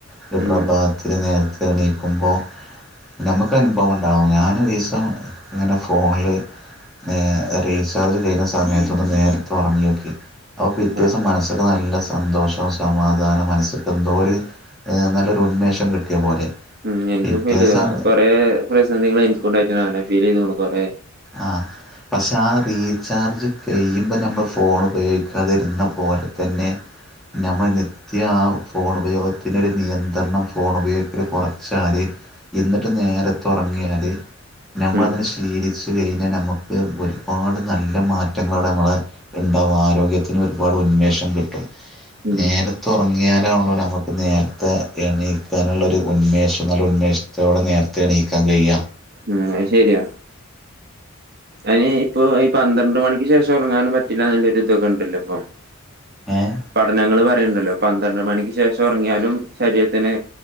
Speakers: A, in the centre; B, on the right.
A: ഒരു പ്രഭാതത്തില്
B: ഉം
A: നേരത്തെ എണീക്കുമ്പോ നമ്മക്ക് അനുഭവംണ്ട് ഞാൻ ഒരീസം ഇങ്ങനെ ഫോണിൽ എ റീചാർജ് ചെയ്യുന്ന സമയത്തൊന്ന് നേരത്തെ ഉറങ്ങി നോക്കി അപ്പം പിറ്റേസം
B: ആഹ്
A: മനസ്ക്ക് നല്ല സന്തോഷവും സമാധാനം മനസ്സ്ക്ക് എന്തോ ഒരു നല്ലൊരു ഉന്മേഷം കിട്ടിയ പോലെ
B: ഉം എനിക്കും
A: പിറ്റേ
B: ഫീൽ
A: ദിവസം
B: ചെയ്ത് കൊറെ പ്രതിസന്ധികൾ എനിക്കും ഉണ്ടായിട്ട്ണ്ടങ്ങനെ ഫീല് ചയ്തുക്ക്ണ് കൊറേ
A: ആഹ് പക്ഷെ ആ റീചാർജ് കഴിയുമ്പോ നമ്മൾ ഫോൺ ഉപയോഗിക്കാതിരുന്ന പോലെ തന്നെ നമ്മൾ നിത്യ ആ ഫോണുപയോഗത്തിനൊരു നിയന്ത്രണം ഫോണുപയോഗത്തിൽ കുറച്ചാല് എന്നിട്ട് നേരത്തുറങ്ങിയാല് നമ്മളതിന്
B: ഉം
A: തിരിച്ച് കഴിഞ്ഞാൽ നമുക്ക് ഒരുപാട് നല്ല മാറ്റങ്ങളാണ് നമ്മളെ ഉണ്ടാവ ആരോഗ്യത്തിന് ഒരു ഒരുപാട് ഉന്മേഷം കിട്ടും
B: ഉം
A: നേരത്തെ ഉറങ്ങിയാലാണല്ലോ നമുക്ക് നേരത്തെ എണീക്കാനുള്ള ഒരു ഉന്മേഷം നല്ല ഉൻ - മേശത്തോടെ നേരത്തെ എണീ ക്കാൻ കഴിയ
B: ഉം അത് ശരിയാ അയിന് ഇപ്പൊ ഈ പന്ത്രണ്ട് മണിക്ക് ശേഷം ഉറങ്ങാനും പറ്റില്ല എന്നുള്ളൊരു ഇതക്ക ഉണ്ടല്ലോ ഇപ്പൊ
A: ഏഹ്
B: പഠനങ്ങള് പറ- യ്ണ്ടല്ലോ പന്ത്രണ്ട് മണിക്ക് ശേഷം ഉറങ്ങിയാലും ശരീരത്തിന്